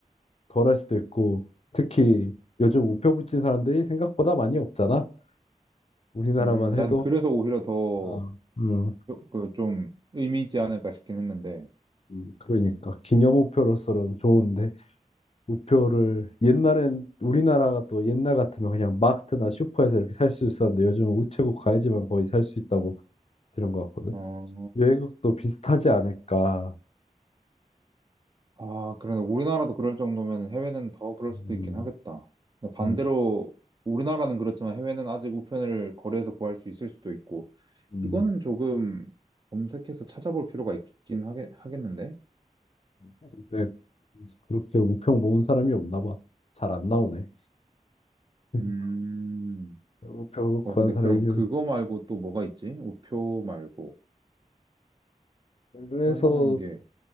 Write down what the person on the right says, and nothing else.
음, 난
그래서 오히려 더,
그, 좀, 의미 있지 않을까 싶긴 했는데.
어,
아, 그러네. 우리나라도 그럴 정도면 해외는 더 그럴
수도 있긴 하겠다. 근데 반대로,
우리나라는 그렇지만 해외는 아직 우편을 거래해서 구할 수 있을 수도 있고.
이거는 조금 검색해서 찾아볼 필요가 있긴 하겠, 하겠는데?
음,
어,
근데
그럼 그거 말고 또 뭐가 있지? 우표 말고.
할 만한 게.